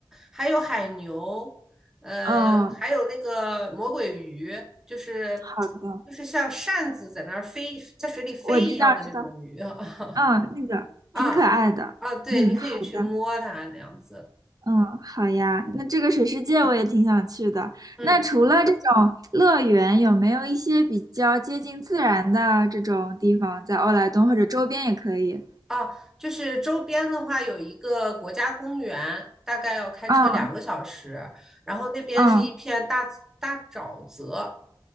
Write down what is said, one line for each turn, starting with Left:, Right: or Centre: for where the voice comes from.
Centre: 还有海牛，呃，
Right: 哦，
Centre: 还有那个魔鬼鱼，就是
Right: 好的，
Centre: 就是像扇子在那儿飞，在水里飞一样的那种鱼
Right: 我知道知道。
Centre: <laughs>
Right: 嗯，那个挺可爱的。
Centre: 啊啊，对，
Right: 嗯，
Centre: 你可以去摸它那样子，
Right: 好的。嗯，好呀。那这个水世界我也挺想去的。
Centre: 嗯。
Right: 那除了这种乐园，有没有一些比较接近自然的这种地方，在欧莱东或者周边也可以？
Centre: 啊，就是周边的话有一个国家公园，大概要开车两个小时，
Right: 啊
Centre: 然后那边是一片大自大沼泽，
Right: 啊